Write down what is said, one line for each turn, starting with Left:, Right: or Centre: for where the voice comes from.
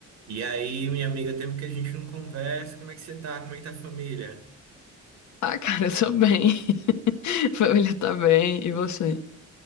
Right: E aí, minha amiga, tempo que a gente não conversa, como é que você tá? Como é que tá a família?
Left: Ah, cara, eu tô bem. <laughs> Família tá bem. E você?